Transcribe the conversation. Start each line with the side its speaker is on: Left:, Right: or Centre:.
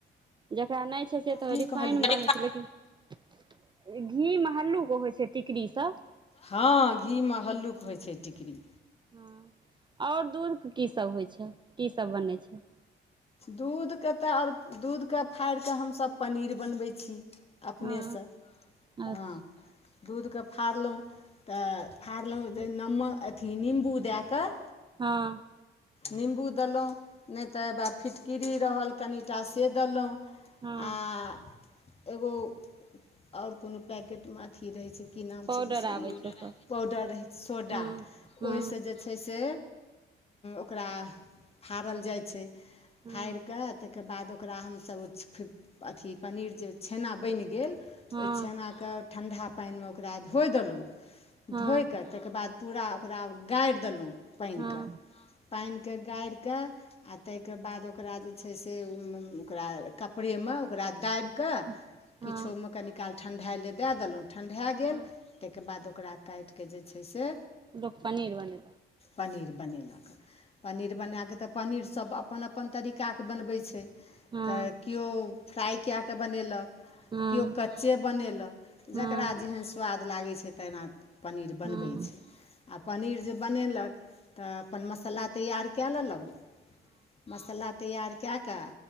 Right: जकरा नय छै से तऽ
Left: की
Right: रिफाइन
Left: कहलियै
Right: मऽ बननै छै लेकिन घी मऽ हल्लूक होइ छै टिकरी सब
Left: हँ घी मऽ हल्लूक होइ छै टिकरी
Right: हँ आओर दूध कऽ कीसभ होइ छै की सभ बनै छै
Left: दूधके तऽ आओर दूध कऽ फाइड़ कऽ हमसभ पनीर बनबै छी अपनेसँ
Right: हँ अच्छा
Left: हँ दूध कऽ फड़लहुँ तऽ फड़लहुँ जे नम्मक अथी निम्बू दै कऽ
Right: हँ
Left: निम्बू देलहुँ नय तऽ हेवा फिटकिरी रहल कनिटा से देलहुँ
Right: हँ
Left: आ एगो आओर कोनो पैकेट मऽ अथि रहै छै की नाम
Right: पाउडर
Left: छियै बिसैरियो
Right: आबै
Left: गेलियै
Right: छै ओकर
Left: पाउडर आबै छै पाउडर रहो छै सोडा
Right: हँ हँ
Left: ओहि सँ जे छै से ओकरा फाड़ल जाइ छै
Right: हँ
Left: फाइर कऽ ताहिक बाद ओकरा हमसभ ओ अथी पनीर जे छेना बैन गेल
Right: हँ
Left: ओहि छेना कऽ ठण्डा पाइनमे ओकरा धोइ देलहुँ
Right: हँ
Left: धोइ कऽ ताहि केँ बाद पूरा ओकरा गाइर देलहुँ पाइन
Right: हँ
Left: कऽ पाइन कऽ गाइर कऽ आ ताहि केँ बाद ओकरा जे छै से ओहि मऽ ओकरा कपड़े मऽ ओकरा दाइब
Right: अच्छा
Left: कऽ किछो
Right: हँ
Left: मऽ कनि काल ठंढाइ लऽ दै देलहुँ ठंढाए गेल
Right: हँ
Left: ताहि केँ बाद ओकरा काइट कऽ जे छै से
Right: लोक पनीर बने
Left: पनीर बनेलक पनीर बनाकऽ तऽ पनीर सब अपन अपन तरीका कऽ बनबै छै
Right: हँ
Left: तऽ किओ फ्राइ कैए कऽ बनेलक
Right: हँ
Left: किओ कच्चे बनेलक
Right: हँ हँ
Left: जकरा जेहन स्वाद लागै छै तेना पनीर बनबै
Right: हँ
Left: छै आ पनीर जे बनेलक तऽ अपन मसल्ला तैयार कैय लेलहुॅं मसल्ला तैयार कैय कऽ